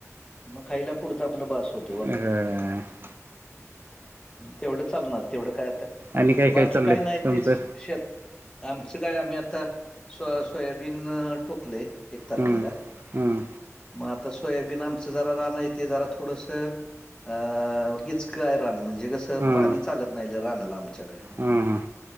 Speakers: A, on the left; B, on the right.
A: मग खाईला पुरत आपलं बास होत.
B: र <unintelligible>
A: तेवढं चालणार, तेवढं काय आता,
B: आणि काय
A: बाकी
B: चाललंय
A: काय नाही
B: तुमचं
A: तेच शेत. आमचं काय आम्ही आता सो सोयाबीन टोकलय. एक तारखेला.
B: हम्म हम्म
A: म आता सोयाबीन आमचं जरा राण हाय ते जरा थोडसं अ गिचक रान म्हणजे कस
B: हम्म
A: पाणी चालत नाही रानाला आमच्याकड.
B: हम्म